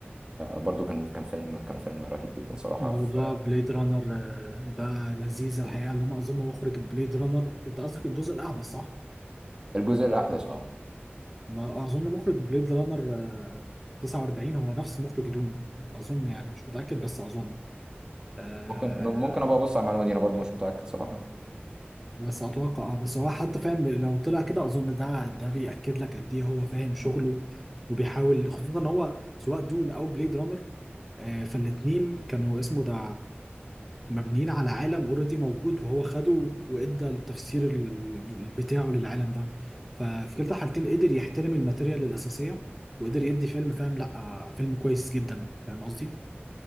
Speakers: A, on the right; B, in the centre.
A: برضو كان كان فيلم كان فيلم رهيب جدا صراحة
B: موضوع
A: في
B: بليد رانر آه، بقى لذيذ الحقيقه اللي انا اظن مخرج بليد رانر انت قصدك الجزء الاحدث صح؟
A: الجزء الاحدث اه
B: ما اظن مخرج بليد رانر آه، 49 هو نفس مخرج دوم اظن يعني مش متاكد بس اظن آه
A: ممكن ممكن ابقى ابص على المعلومة دي انا برضو مش متأكد صراحة
B: بس اتوقع اه بس هو حتى فاهم لو طلع كده اظن ده ده بياكد لك قد ايه هو فاهم شغله وبيحاول خصوصا ان هو سواء دون او بليد رانر آه، فالاتنين كانوا اسمه ده مبنيين على عالم اوريدي موجود وهو خده وادى التفسير ال- بتاعه للعالم ده ففي كلتا الحالتين قدر يحترم الماتيريال الاساسيه وقدر يدي فيلم فاهم لا آه، فيلم كويس جدا فاهم قصدي؟